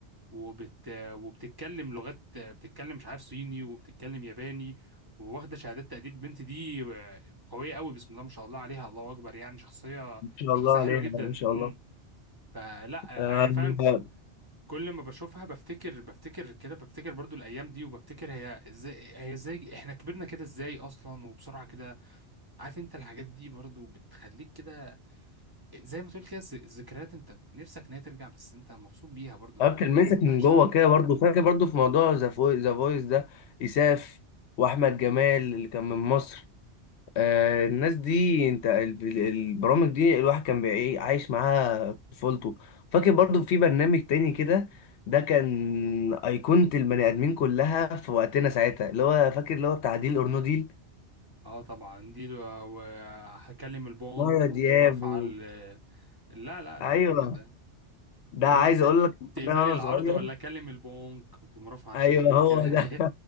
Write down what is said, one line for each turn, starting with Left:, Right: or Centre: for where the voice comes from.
Right: وبت... وبتتكلم لغات بتتكلم مش عارف صيني وبتتكلم ياباني وواخده شهادات تقدير البنت دي آه، قويه قوي بسم الله ما شاء الله عليها الله اكبر يعني شخصيه
Left: شاء
Right: شخصيه
Left: الله
Right: حلوه
Left: عليها
Right: جدا
Left: ما شاء
Right: امم
Left: الله
Right: فلا
Left: أنا
Right: انا فعلا كل ما بشوفها بفتكر بفتكر كده بفتكر برضو الايام دي وبفتكر هي ازاي هي ازاي احنا كبرنا كده ازاي اصلا وبسرعه كده عارف انت الحاجات دي برضو بتخليك كده زي ما تقول كده الذكريات انت نفسك ان هي ترجع بس انت مبسوط بيها برضو
Left: أكلمتك
Right: انت
Left: من
Right: عشتها
Left: جوه كده برضو فاكر برضو في موضوع ذا فوي- ذا فويس ده إساف وأحمد جمال اللي كان من مصر آه الناس دي أنت ال- البرامج دي الواحد كان بيعي- عايش معاها طفولته فاكر برضو في برنامج تاني كده ده كان أيقونة البني آدمين كلها في وقتنا ساعتها اللي هو فاكر اللي هو بتاع ديل أور نو ديل
Right: اه طبعا دي لو- وهكلم البنك
Left: مايا
Right: وتقوم
Left: دياب
Right: رافعه
Left: و...
Right: ال- لا لا لا
Left: أيوه
Right: ده كده
Left: ده
Right: ثلاثة
Left: عايز أقول لك
Right: تقبلي
Left: ده وأنا
Right: العرض
Left: صغير
Right: ولا اكلم البنك وتقوم رافعه على
Left: أيوه
Right: التليفون
Left: هو
Right: كده
Left: ده